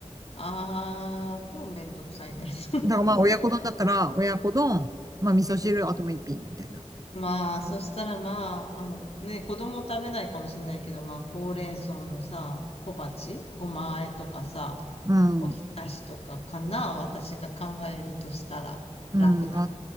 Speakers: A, on the left; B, on the right.
A: あー、超めんどくさいね。<laughs>
B: だからまあ親子丼だったら、親子丼、まあ味噌汁、
A: 味噌汁。
B: あともう1品みたいな。
A: まあ、そしたらまあ、あのね、子供食べないかもしれないけど、まあ、ほうれん草のさ、小鉢、ごま和えとかさ、
B: うん。
A: おひたしとかかな、私が考えるとしたら楽な。
B: うん。まあ、